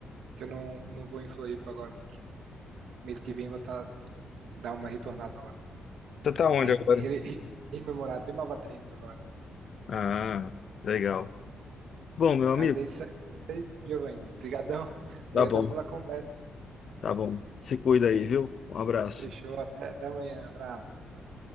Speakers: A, on the right; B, on the left.
A: que eu não, não vou em Floripa agora. Tem que, mês que vem eu vou tá, dar uma retornada lá.
B: Você tá onde
A: Pra re-
B: agora?
A: re- re- Rememorar, tô em Nova Trento agora.
B: Ah, legal. Bom, meu
A: Mas
B: amigo,
A: é isso aí, é isso aí, Giovanni. Obrigadão, <laughs>
B: tá
A: obrigadão
B: bom,
A: pela conversa.
B: tá bom. Se cuida aí, viu? Um abraço.
A: Fechou, até, até amanhã. Abraço. Tchau.